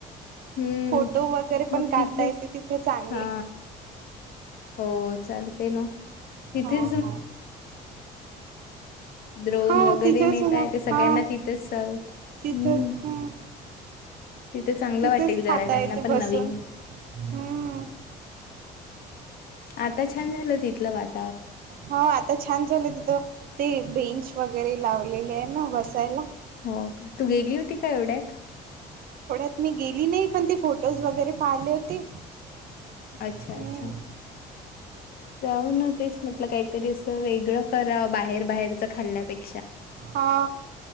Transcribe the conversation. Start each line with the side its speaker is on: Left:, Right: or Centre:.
Left: हम्म
Right: फोटो वगैरे पण
Left: मग
Right: काढता
Left: तिथेच
Right: येत. ते तिथे चां
Left: हा हो चालते ना ति
Right: ह ह
Left: ते द्रोन
Right: हा
Left: वगैरे
Right: तिथेच
Left: नेताय
Right: मग
Left: ते सगळ्यांना,
Right: हा
Left: तिथेच जाल हम्म,
Right: तिथं हम्म
Left: <unintelligible> तिथे चांगलं
Right: तिथेच
Left: वाटेल जरा
Right: खाता
Left: त्यांना
Right: येते
Left: पण
Right: बसून
Left: नवीन,
Right: हम्म
Left: आता छान झालं तिथलं वात,
Right: हा आता छान झालं तिथं ते बेंच वगैरे लावलेले आहे ना बसायला.
Left: हो का तू गेली होती का एवढ्यात
Right: <unintelligible> मी गेली नाही, पण ते फोटोज वगैरे पाहिले होते.
Left: अच्छा
Right: हम्म
Left: अच्छा जाऊ न, तेच म्हटलं काहीतरी असं वेगळं करावं बाहेर बाहेरचं, खाल्ल्यापेक्षा
Right: हा